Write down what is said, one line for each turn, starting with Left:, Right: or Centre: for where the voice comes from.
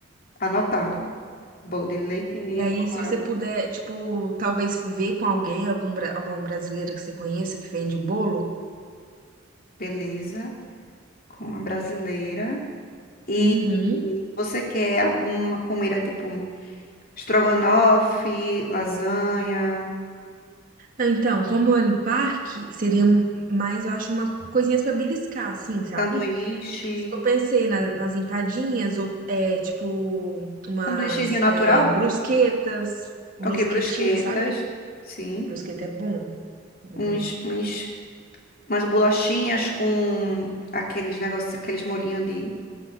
Left: Anotado. Bolo de leite ninho
Right: E aí,
Left: com
Right: se
Left: morango.
Right: você puder, tipo, talvez ver com alguém, algum, bra- alguma brasileira que você conheça que vende bolo.
Left: Beleza. Com a brasileira. E
Right: Uhum.
Left: você quer alguma comida tipo estrogonofe, lasanha,
Right: Então, como é no parque, seria mais, eu acho, uma coisinhas pra beliscar, assim, sabe?
Left: sanduíche?
Right: Por isso que Eu pensei na- nas empadinhas, ou, é, tipo, umas
Left: Sanduíchezinho natural?
Right: é, brusquetas, brusquetinha,
Left: Ok, brusquetas.
Right: sabe?
Left: Sim.
Right: Brusqueta é bom, é
Left: Uns,
Right: boa.
Left: uns umas bolachinhas com aqueles negócios, aqueles molhinhos de